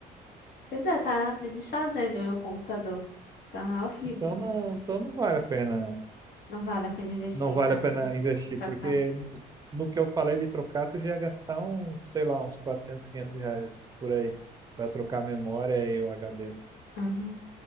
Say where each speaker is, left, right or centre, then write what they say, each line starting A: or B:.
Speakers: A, on the left (about 75°); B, on the right (about 20°).
A: Pois é, tá se desfazendo o meu computador. Tá horrível.
B: Então não, então não vale a pena,
A: Não vale a pena investir
B: não
A: em
B: vale
A: nada,
B: a pena
A: né?
B: investir,
A: Pra
B: porque
A: cá.
B: no no que eu falei de trocar, tu já ia gastar uns, sei lá, uns 400 500 reais por aí, para
A: Sim.
B: trocar a memória e o HD.
A: Aham.